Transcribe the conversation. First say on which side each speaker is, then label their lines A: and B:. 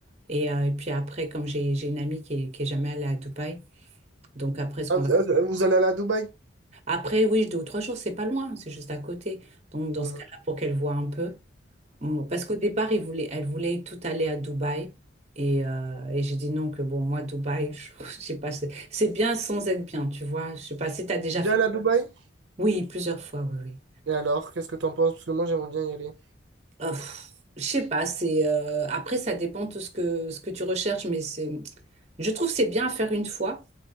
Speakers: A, on the right; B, on the right.
A: Et, euh, et puis après, comme j'ai, j'ai une amie qui est, qui est jamais allée à Dubaï, donc après, ce
B: Ah,
A: qu'on
B: vous
A: va...
B: ah, vous allez aller à Dubaï?
A: Après, oui, deux ou trois jours, c'est pas loin, c'est juste à côté. Donc dans
B: Mhm.
A: ce cas-là, pour qu'elle voit un peu. Bon, Parce qu'au départ, il voulait, elle voulait tout aller à Dubaï. Et, euh, et j'ai dit non, que bon, moi, Dubaï, je, <laughs> je sais pas, c'est c'est bien sans être bien, tu vois. Je sais pas si tu as déjà
B: Déjà
A: fait.
B: allé à Dubaï?
A: Oui, plusieurs fois, oui, oui.
B: Et alors, qu'est-ce que t'en penses? Parce que moi, j'aimerais bien y aller.
A: Euh, pff, je sais pas, c'est euh, après, ça dépend de ce que, ce que tu recherches, mais c'est, je trouve que c'est bien à faire une fois,